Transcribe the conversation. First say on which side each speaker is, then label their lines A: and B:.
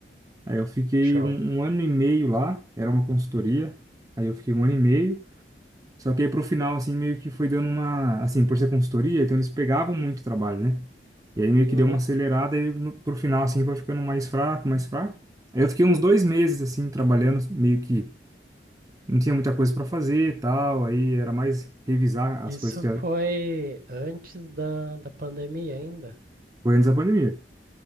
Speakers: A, on the right (about 20°); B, on the right (about 50°).
A: Aí eu fiquei
B: Show.
A: um, um ano e meio lá, era uma consultoria, aí eu fiquei um ano e meio, só que aí pro final, assim, meio que foi dando uma, assim, por ser consultoria, então eles pegavam muito trabalho, né? E aí meio
B: Uhum.
A: que deu uma acelerada e no- pro final, assim, foi ficando mais fraco, mais fraco. Aí eu fiquei uns dois meses, assim, trabalhando meio que não tinha muita coisa para fazer e tal, aí era mais revisar as
B: Isso
A: coisas que
B: foi
A: já
B: antes da, da pandemia ainda.
A: foi antes da pandemia.